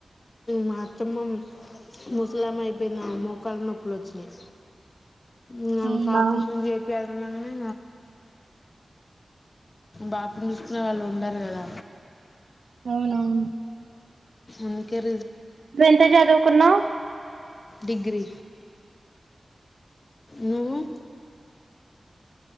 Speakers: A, on the left; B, on the right.
A: మా అత్తమ్మ ముసలామా అయిపోయింది. ఆమె మోకాళ్లు నొప్పులు వచ్చినాయి ఇగ ఆమెకు
B: అవునా
A: ఆపరేషన్ చెపియాలే నన్ను అంగని బాబుని చూసుకునే వాళ్ళు ఉండరు కదా
B: అవునవును
A: ఇంకేం
B: నువ్ ఎంత చదువుకున్నావ్
A: డిగ్ర్రి నువు